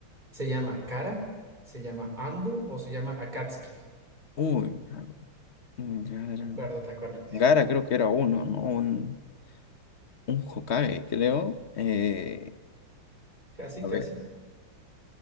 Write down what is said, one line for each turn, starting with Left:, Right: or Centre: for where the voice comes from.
Right: ¿Se llama Kara? ¿Se llama Anbu o se llama Akatsuki?
Left: Uy, a ver, Gara.
Right: Acuérdate, acuérdate.
Left: Gara creo que era uno, ¿no? Un- Un Hokage, creo. eh,
Right: Casi,
Left: a
Right: casi.
Left: ver,